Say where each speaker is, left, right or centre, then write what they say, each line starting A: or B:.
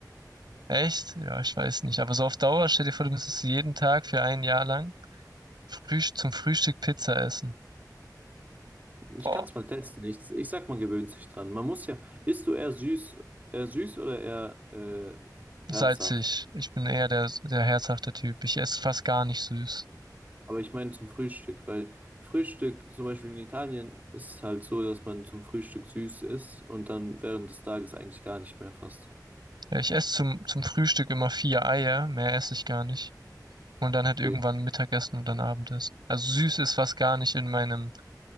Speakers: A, on the right (about 80°); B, on the right (about 25°).
A: Echt? Ja, ich weiß nicht. Aber so auf Dauer, stell dir vor, du müsstest jeden Tag für ein Jahr lang Frühst zum Frühstück Pizza essen.
B: Ich
A: Boah,
B: kann es mal testen. Ich, ich sag, man gewöhnt sich dran. Man muss ja, isst du eher süß, eher süß oder eher äh, herzhaft?
A: salzig. Ich bin eher der, der herzhafte Typ. Ich esse fast gar nicht süß.
B: Aber ich meine zum Frühstück, weil Frühstück, zum Beispiel in Italien, ist es halt so, dass man zum Frühstück süß isst und dann während des Tages eigentlich gar nicht mehr fast.
A: Ja, ich esse zum, zum Frühstück immer vier Eier. Mehr esse ich gar nicht. Und dann halt irgendwann
B: Okay.
A: Mittagessen und dann Abendessen. Also süß ist fast gar nicht in meinem